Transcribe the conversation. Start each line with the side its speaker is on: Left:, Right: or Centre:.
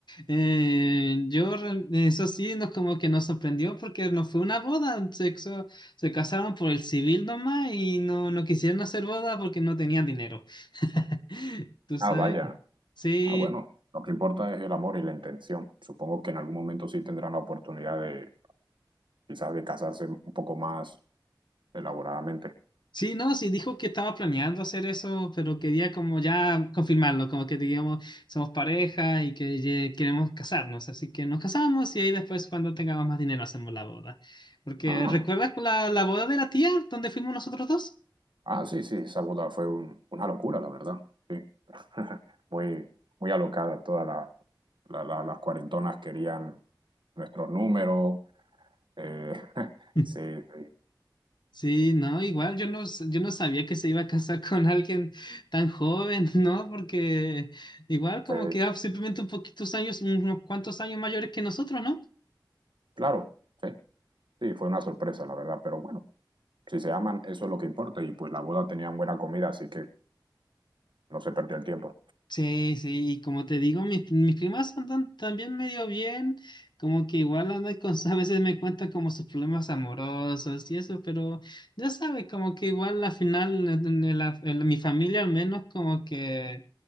Left: eh, yo, re- eso sí, nos como que nos sorprendió porque no fue una boda, se, casó- se casaron por el civil nomás y no, no quisieron hacer boda porque no tenían dinero, <laughs> tú sabes.
Right: Ah, vaya.
Left: Sí,
Right: Ah, bueno, lo que importa es el amor y la intención. Supongo que en algún momento sí tendrán la oportunidad de quizás de casarse un poco más elaboradamente.
Left: Sí, no, sí, dijo que estaba planeando hacer eso, pero quería como ya confirmarlo, como que digamos, somos pareja y que ye- queremos casarnos, así que nos casamos y ahí después cuando tengamos más dinero hacemos la boda. Porque
Right: Ah.
Left: ¿recuerdas la, la boda de la tía donde fuimos nosotros dos?
Right: Ah, sí, sí, esa boda fue un- una locura, la verdad. Sí. <laughs> Muy, muy alocada. Todas la- la- la- las cuarentonas querían nuestros números. eh, <laughs>
Left: <laughs>
Right: sí, sí,
Left: Sí, no, igual yo no, s- yo no sabía que se iba a casar con alguien tan joven, <laughs> ¿no? Porque igual como
Right: sí,
Left: que era simplemente un poquitos años, unos cuantos años mayores que nosotros, ¿no?
Right: claro, sí, sí, fue una sorpresa, la verdad. Pero bueno, si se aman, eso es lo que importa. Y pues la boda tenían buena comida, así que no se perdió el tiempo.
Left: Sí, sí, y como te digo, mis, mis primas andan también medio bien, como que igual andan con, <laughs> a veces me cuentan como sus problemas amorosos y eso, pero ya sabes, como que igual al final, en, en la- en mi familia al menos, como que